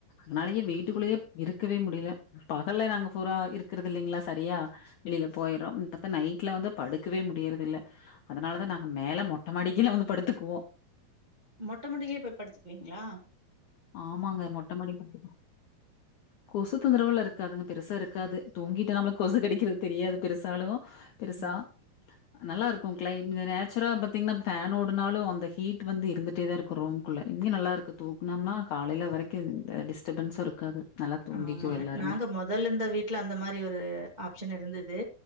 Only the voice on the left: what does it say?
அனாலயே வீட்டுக்குள்ளேயே இருக்கவே முடில பகல்ல நாங்க ஃபூரா இருக்றதில்லீங்களா சரியா வெளில போயறோ ம் பாத்தா நைட்ல வந்தா படுக்கவே முடியறதில்ல அதனாலதா நாங்க மேல மொட்டமாடிக்கீழ வந்து படுத்துக்குவோ
ஆமாங்க மொட்டைமாடி வந்து கொசு தொந்தரவெல்லா இருக் க்காதுங்க பெருசா இருக்காது தூங்கிட்ட நம்ள கொசு கடிக்றது தெரியாது பெருசாலு பெருசா
நல்லார்க் கிளைம் த நேச்சுரா பத்தீங்கன்னா ஃபேன் ஓடுனாலு அந்த ஹீட் வந்து இருந்துட்டேதா இருக்கு ரூம்க்குள்ள இங்க நல்லாருக்கு தூங் ந்தம்னா காலைல வரைக்கு இந்த டிஸ்டபன்ஸு இருக்காது நல்லா தூங்கிக்குவோம்
எல்லாருமே.